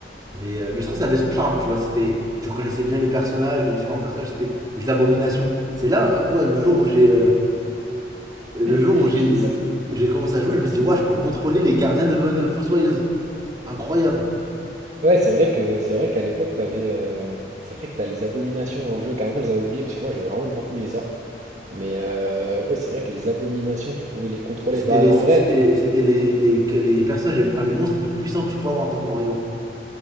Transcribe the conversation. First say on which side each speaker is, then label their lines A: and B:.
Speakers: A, on the right; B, on the right.
A: mais, euh, mais je trouve que ça avait son charme, tu vois. C'était, tu reconnaissais bien les personnages, les différents personnages, c'était les abominations. C'est là, euh, moi, le jour où j'ai euh, le jour
B: <laughs>
A: où j'ai où j'ai commencé à jouer, je me suis dit, ouais, je peux contrôler les gardiens de, de Fossoyeuse. Incroyable.
B: Ouais, c'est vrai que c'est vrai qu'à l'époque, t'avais, euh, c'est vrai que t'as les abominations dans le jeu. Carrément, je les avais oubliées parce que moi, je jouais vraiment beaucoup les orques. Mais euh, ouais, c'est vrai que les abominations, tu pouvais les contrôler.
A: C'était
B: Bah,
A: les,
B: en
A: c'était,
B: vrai,
A: c'était les, les, les personnages, enfin les monstres les plus puissants que tu pouvais avoir en tant que mort-vivant.